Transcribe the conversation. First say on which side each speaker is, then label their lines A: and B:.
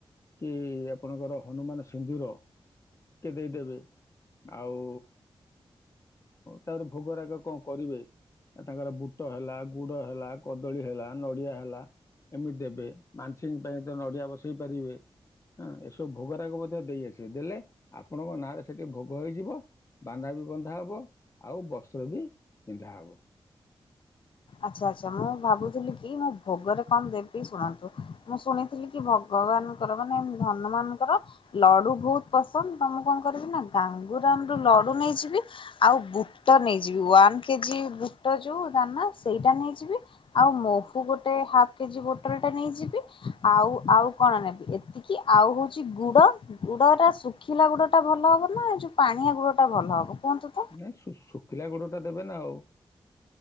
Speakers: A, on the left; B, on the left.
A: କି ଆପଣଙ୍କର ହନୁମାନ ସିନ୍ଦୁର ଟଏ ଦେଇଦେବେ ଆଉ ତାପରେ ଭୋଗରାଗ କଣ କରିବେ ତାଙ୍କର ବୁଟ ହେଲା, ଗୁଡ଼ ହେଲା, କଦଳୀ ହେଲା, ନଡ଼ିଆ ହେଲା, ଏମିତି ଦେବେ। ମାାନସଙ୍କ ପାଇଁ ତ ନଡ଼ିଆ ବସେଇ ପାରିବେ ଏସବୁ ଭୋଗରାଗ ମଧ୍ୟ ଦେଇଆସିବେ ଦେଲେ ଆପଣଙ୍କ ନାଁରେ ସେଠି ଭୋଗ ହେଇଯିବ ବାନା ବି ବନ୍ଧା ହେବ ଆଉ ବସ୍ତ୍ର ବି ପିନ୍ଧା ହେବ।
B: ଆଚ୍ଛା ଆଚ୍ଛା ମୁଁ ଭାବୁଥିଲି କି ମୁଁ ଭୋଗରେ କଣ ଦେବି ଶୁଣନ୍ତୁ ମୁଁ ଶୁଣିଥିଲି କି ଭଗବାନଙ୍କର ମାନେ ଧନୁମାନଙ୍କର ଲଡୁ ବହୁତ ପସନ୍ଦ ତ ମୁଁ କଣ କରିବି ନା ଗାଙ୍ଗୁରାମ ରୁ ଲଡୁ ନେଇଯିବି ଆଉ ବୁଟ ନେଇଯିବି ୱାନ କେଜି ବୁଟ ଯୋଉ ଦାନା ସେଇଟା ନେଇଯିବି ଆଉ ମହୁ ଗୋଟେ ହାଫ୍ କେଜି ବୋଟଲଟା ନେଇଯିବି ଆଉ ଆଉ କଣ ନେବି ଏତିକି ଆଉ ହଉଛି ଗୁଡ଼ ଗୁଡ଼ଟା ଶୁଖିଲା ଗୁଡ଼ଟା ଭଲ ହବ ନା ଏ ଯୋଉ ପାଣିଆ ଗୁଡ଼ଟା ଭଲ ହବ? କୁହନ୍ତୁ ତ?
A: ନାଇଁ ଶୁଖିଲା ଗୁଡ଼ ଦେବେ ନା ଆଉ